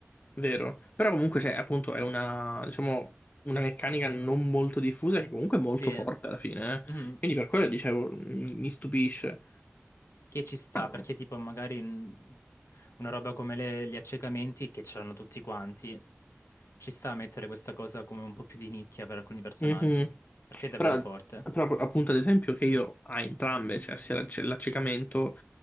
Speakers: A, on the left; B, on the left.
A: Vero, però comunque c'è appunto è una, diciamo, una meccanica non molto diffusa che comunque è molto
B: Sì,
A: forte alla fine, eh.
B: mhm.
A: Quindi per quello dicevo, mi, mi stupisce.
B: Che ci sta,
A: Ah,
B: perché tipo magari mm, una roba come le- gli accecamenti che c'erano tutti quanti, ci sta a mettere questa cosa come un po' più di nicchia per alcuni personaggi,
A: mhm.
B: perché è davvero
A: Però,
B: forte.
A: però appunto ad esempio che io ha entrambe, cioè sia l'acc- l'accecamento